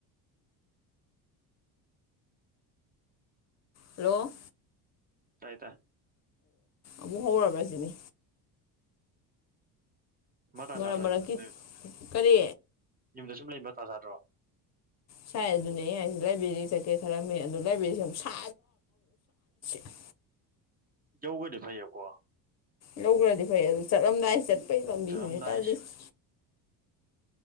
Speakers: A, on the left; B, on the right.
A: ꯍꯦꯜꯂꯣ
B: ꯇꯥꯏ ꯇꯥꯢ
A: ꯑꯃꯨꯛ ꯍꯧꯔꯕ꯭ꯔꯥ ꯁꯤꯅꯤ
B: ꯃꯇꯥ
A: ꯃꯔꯛ
B: ꯁꯥꯗ꯭ꯔꯣ
A: ꯃꯔꯛꯀꯤ
B: ꯌꯨꯝꯗ ꯁꯨꯝ ꯂꯩꯕꯗꯣ
A: ꯀꯔꯤ
B: ꯌꯨꯝꯗ ꯁꯨꯝ ꯂꯩ ꯃꯇꯥ ꯆꯥꯗ꯭ꯔꯣ
A: ꯁꯥꯏ ꯑꯗꯨꯅꯦ ꯑꯩ ꯍꯥꯏꯁꯦ ꯂꯥꯏꯕ꯭ꯔꯦꯔꯤ ꯆꯠꯀꯦ ꯈꯜꯂꯝꯃꯦ ꯑꯗꯣ ꯂꯥꯢꯕꯦꯔꯤ ꯅꯨꯡꯁꯥ <unintelligible>
B: ꯌꯧꯒ꯭ꯔꯗꯤ ꯐꯩꯑꯦꯕꯀꯣ
A: ꯂꯧꯈ꯭ꯔꯗꯤ ꯐꯔꯦ ꯑꯗꯨ ꯆꯠꯂꯝꯗꯥꯏ ꯆꯠꯄꯩ ꯂꯝꯕꯤꯁꯤꯅꯦ
B: ꯆꯠꯂꯝꯗꯥꯏ
A: ꯇꯜꯂꯤꯁꯦ